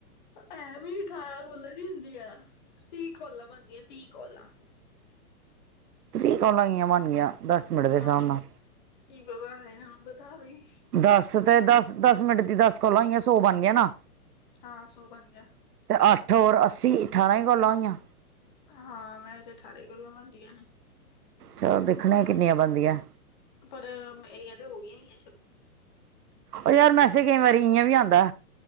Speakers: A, on the left; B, on the right.
A: ਐੰਵੀ ਅਠਾਰਾਂ ਕੋਲਾਂ ਨੀ ਹੁੰਦੀਆ, ਤੀਹ ਕੋਲਾਂ ਬਣਦੀਆਂ, ਤੀਹ ਕੋਲਾਂ।
B: ਤੀਹ ਕੋਲਾਂ, ਕਿਵੇਂ ਬਣਨ ਗਈਆਂ? ਦਸ ਮਿੰਟ ਦੇ
A: ਹਾਂ
B: ਹਿਸਾਬ ਨਾਲ।
A: ਕੀ ਪਤਾ, ਮੈਨੂੰ ਕੀ ਪਤਾ ਬਈ।
B: ਦਸ ਤੇ ਦਸ- ਦਸ ਮਿੰਟ ਦੀ, ਦਸ ਕੋਲਾਂ ਹੋਈਆਂ, ਸੌ ਬਣ ਗਿਆ ਨਾ।
A: ਹਾਂ ਸੌ ਬਣ ਗਿਆ
B: ਤੇ ਅੱਠ ਔਰ ਅੱਸੀ, ਅਠਾਰਾਂ ਹੀ ਕੋਲਾਂ ਹੋਈਆਂ।
A: ਹਾਂ, ਵੈਸੇ ਅਠਾਰਾਂ ਹੀ ਕੋਲਾਂ ਬਣਦੀਆਂ ਨੇ।
B: ਚਲ, ਦੇਖਨੇ ਆ ਕਿੰਨੀਆਂ ਬਣਦੀਆਂ?
A: ਪਰ, ਮੇਰੀਆਂ ਤੇ ਹੋਈਆਂ ਹੀ ਹੈ ਛੱ
B: ਉਹ, ਯਾਰ ਮੈਸੇਜ ਕਈ ਵਾਰੀਂ ਇਵੇਂ ਵੀ ਆਉਂਦਾ।